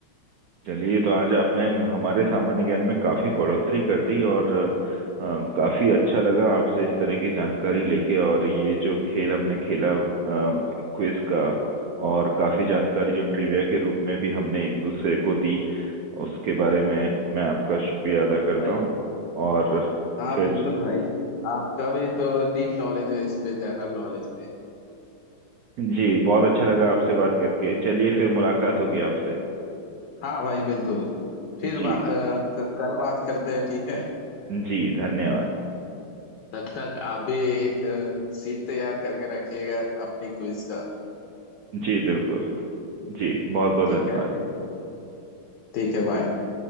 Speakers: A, on the right; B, on the left.
A: चलिए तो आज आपने हमारे सामान्य ज्ञान में काफी बढ़ोतरी कर दी और अ, काफी अच्छा लगा आपसे इस तरह की जानकारी लेके और ये जो खेल हमने खेला क्विज का और काफी जानकारी जो ट्रिविया के रूप में भी हमने एक दूसरे को दी उसके बारे में मैं आपका शुक्रिया अदा करता
B: भाई
A: हूँ और
B: हाँ
A: फिर
B: बिल्कुल भाई आपका भी तो डीप नॉलेज है इस पे जनरल नॉलेज पे
A: जी बहुत अच्छा लगा आपसे बात करके चलिए फिर मुलाकात होगी आपसे
B: हाँ भाई बिल्कुल फिर
A: जी
B: बा, अ, क- कल बात करते हैं ठीक है
A: जी धन्यवाद
B: तब तक आप भी एक सीट तैयार करके रखिएगा अपनी क्विज का
A: जी बिल्कुल जी बहुत बहुत
B: ठीक
A: धन्यवाद
B: है फिर ठीक है बाय